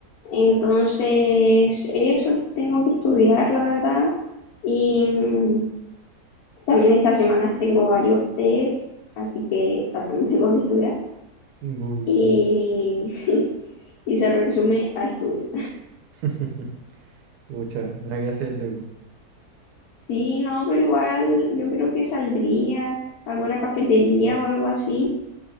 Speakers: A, on the left (about 70°); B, on the right (about 85°).
A: Entonces, eso tengo que estudiar, la verdad. Y mm, también estas semanas tengo varios test, así que también <laughs> tengo que estudiar.
B: Bu.
A: Y <laughs> y se resume a estudio.
B: <laughs> Pucha, nada que hacerle, bu.
A: Sí, no, pero igual yo creo que saldría a alguna cafetería o algo así.